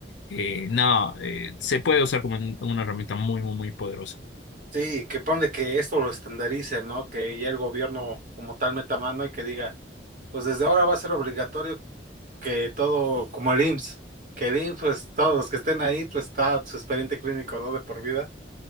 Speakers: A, on the left; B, on the right.
A: eh, no, eh, se puede usar como un- una herramienta muy, muy, muy poderosa.
B: Sí, que ponle que esto lo estandarice, ¿no? Que ya el gobierno como tal meta mano y que diga, pues desde ahora va a ser obligatorio que todo, como el IMSS, que el IMSS, pues todos los que estén ahí, pues está su expediente clínico, ¿no? De por vida.